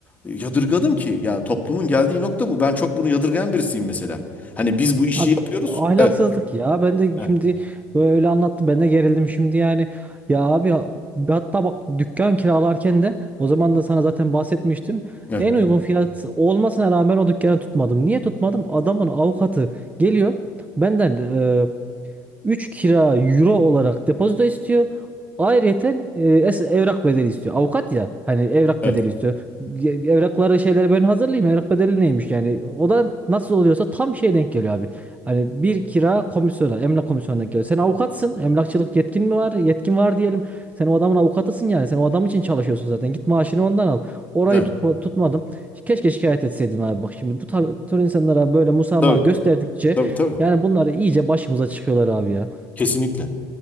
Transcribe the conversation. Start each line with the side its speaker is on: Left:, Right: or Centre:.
Left: yadırgadım ki ya toplumun geldiği nokta bu. Ben çok bunu yadırgayan birisiyim mesela. Hani biz bu işi
Right: Abi
Left: yapıyoruz.
Right: ahlaksızlık
Left: Evet.
Right: ya. Ben de
Left: Evet.
Right: şimdi böyle anlattı. Ben de gerildim şimdi yani. Ya abi hatta bak dükkan kiralarken de o zaman da sana zaten bahsetmiştim.
Left: Evet.
Right: En uygun fiyat olmasına rağmen o dükkanı tutmadım. Niye tutmadım? Adamın avukatı geliyor benden e, 3 kira euro olarak depozito istiyor. Ayrıyeten e, es- evrak bedeli istiyor. Avukat ya hani evrak
Left: Evet.
Right: bedeli istiyor. Ge- Evrakları şeyleri ben hazırlayayım. Evrak bedeli neymiş yani? O da nasıl oluyorsa tam şey denk geliyor abi. Hani bir kira komisyona, emlak komisyonuna denk geliyor. Sen avukatsın. Emlakçılık yetkin mi var? Yetkin var diyelim. Sen o adamın avukatısın yani. Sen o adam için çalışıyorsun zaten. Git maaşını ondan al. Orayı
Left: Evet.
Right: tutma, tutmadım. Keşke şikayet etseydim abi. Bak şimdi bu tar- tür insanlara böyle musamaha
Left: Tabii.
Right: gösterdikçe
Left: Tabii tabii.
Right: yani bunlar iyice başımıza çıkıyorlar abi ya.
Left: Kesinlikle.